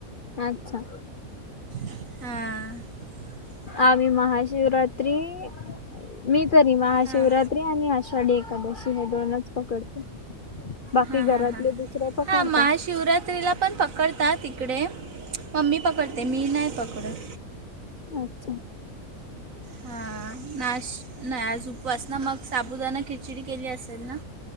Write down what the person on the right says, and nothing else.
हां.
हां
हा.
हा. हा.
हा महाशिवरात्रीला- पण पकडतात इकडे. मम्मी पकडते मी नाही पकडत.
हां. नाश -नाही आज उपवास ना? मग साबुदाणा खिचडी केली असेल ना?